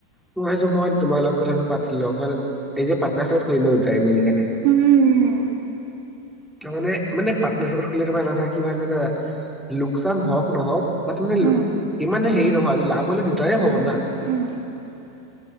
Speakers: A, in the centre; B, on the right (about 45°).
A: মই ভাবিছো মই তোমাৰ লগত কথাটো পাতি লওঁ, এই যে পাৰ্টনাৰশ্বিপত কৰিম ন দুইটাই মিলি। কেনে
B: উম
A: তাৰ মানে, মানে পাৰ্টনাৰশ্বিপত খুলিলে এটা কথা কি ভাল জানা, লোকচান হওঁক নহওঁক বা তোৰ মানে,
B: উম
A: ইমানে হেৰি নহয় যে লাভ হ'লে দুটাৰেই হ'ব না।
B: উম।